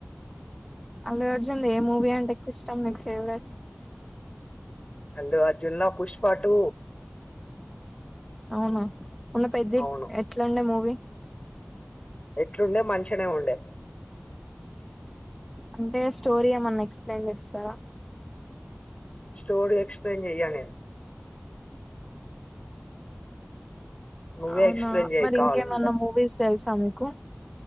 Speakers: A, in the centre; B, on the left.
A: అల్లు అర్జున్ ఏ మూవీ అంటే ఎక్కువ ఇష్టం నీకు ఫేవరెట్
B: అల్లు అర్జున్ లా పుష్పాటుూ
A: అవునా మొన్న పెద్ది
B: అవును
A: ఎట్లాండే మూవీ
B: ఎట్లుండే మంచినే ఉండే
A: అంటే స్టోరీ ఏమన్నా ఎక్స్ప్లెయిన్ చేస్తారా
B: స్టోరీ ఎక్స్ప్లెయిన్ జెయ్య నేను నువ్వే
A: అవునా
B: ఎక్స్ప్లెయిన్ చేయి
A: మరి
B: కావాలంటె
A: ఇంకేమన్నా మూవీస్ తెలుసా మీకు